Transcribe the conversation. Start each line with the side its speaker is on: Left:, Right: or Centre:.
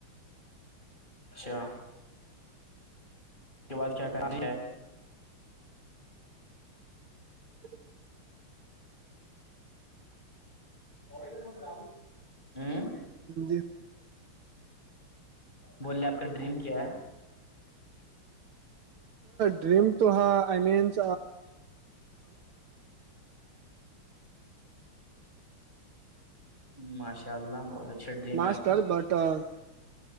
Left: اچھا اس کے بعد کیا کرنی ہے
Right: ج
Left: ے گ م ر ہوں
Right: جی
Left: بولے آپ کا ڈریم کیا ہے
Right: ڈریم تو ہا آئی مینس
Left: مش ان شاء اللہ بہت اچھیا ت میں
Right: master
Left: آپ کا
Right: but I